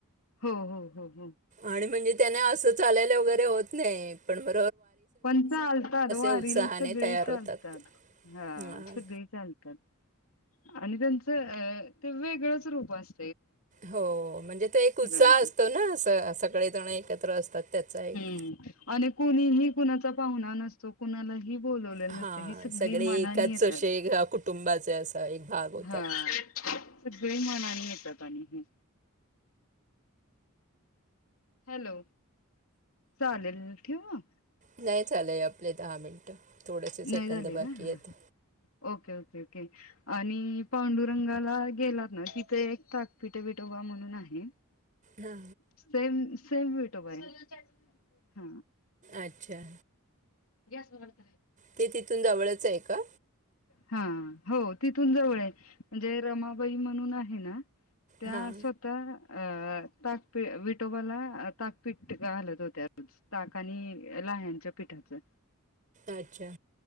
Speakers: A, on the left (about 70°); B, on the right (about 35°).
A: हो हो हो.
B: आणि म्हणजे त्याने असं चालायला वगैरे होत नाही, पण म
A: पण चालतात वारीला
B: उत्साहाने
A: सगळी
B: तयार
A: चालतात,
B: होतात
A: हा
B: हां.
A: सगळी चालतात. आणि त्यांचं अ ते वेगळंच रूप अस
B: हो, म्हणजे ते एक उत्साह
A: आहे तो.
B: असतो ना असं सगळेजण एकत्र असतात. त्याचा एक
A: हम्म, आणि कुणीही कुणाचा पाहुणा नसतो कुणालाही बोलवलेलं
B: हा,
A: नसतं ही सगळी
B: सगळे
A: मनानी
B: एकाचे
A: येतात.
B: अशे अ कुटुंबाचे असा एक भाग होतात.
A: हा सगळे मानाने येतात आणि ही. हॅलो! चालेल ठेऊ म?
B: नाही झालंय आपले दहा मिनटं, थोडेसे सेकंद
A: नाही झाले
B: बाकी
A: का हा
B: आहेत.
A: ओके ओके ओके, आणि पांडुरंगाला गेलात ना तिथे एक ताकपिठे विठोबा म्हणून आहे
B: हा.
A: सेम सेम विठोबा आहे, हा.
B: अच्छा.
A: गॅस <unintelligible>
B: ते तिथून जवळच आहे का?
A: हा, हो तिथून जवळ आहे, म्हणजे रमाबाई म्हणून आहे ना त्या
B: हां
A: स्वतः अ ताकपि विटोबाला अ ताकपीठ घालत होत्या रोज, ताक आणि यांच्या पीठाचं.
B: अच्छा.